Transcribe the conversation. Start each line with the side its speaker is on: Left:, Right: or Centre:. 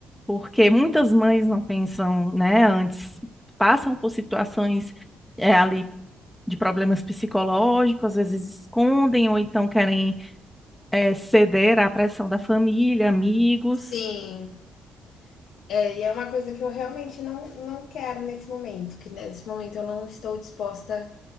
Centre: porque muitas mães não pensam, né, antes, passam por situações é, ali de problemas psicológicos, às vezes escondem ou então querem é, ceder à pressão da família, amigos,
Left: Sim. É, e é uma coisa que eu realmente não, não quero nesse momento, que nesse momento eu não estou disposta